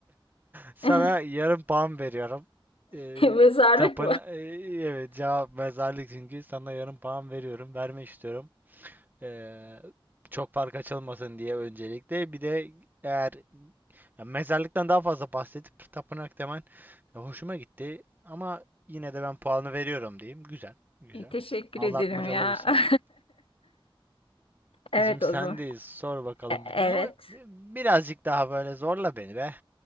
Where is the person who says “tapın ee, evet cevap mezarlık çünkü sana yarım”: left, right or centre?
Right